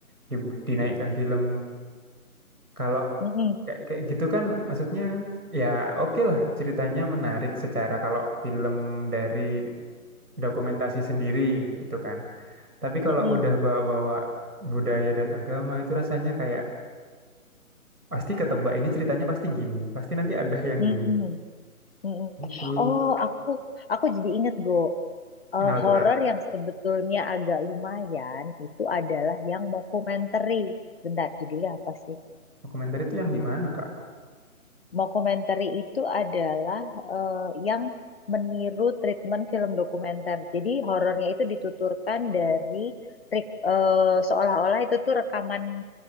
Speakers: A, on the right; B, on the left.
A: di- dinaikkan film kalau
B: mm-mm,
A: kayak kayak gitu kan maksudnya ya oke lah ceritanya menarik secara kalau film dari dokumentasi sendiri gitu kan tapi kalau
B: mm-mm,
A: udah bawa-bawa budaya dan agama itu rasanya kayak pasti ketebak ini ceritanya pasti gini pasti nanti ada yang
B: mm-mm,
A: gini
B: mm-mm.
A: gitu
B: Oh aku aku jadi inget Go. Eh,
A: kenapa
B: horor
A: tuh kak
B: yang sebetulnya agak lumayan itu adalah yang mockumentary. Bentar, judulnya apa sih?
A: dokumenter itu yang gimana kak
B: Mockumentary itu adalah eh, yang meniru treatment film dokumenter. Jadi horornya itu dituturkan dari trik- eh, seolah-olah itu tuh rekaman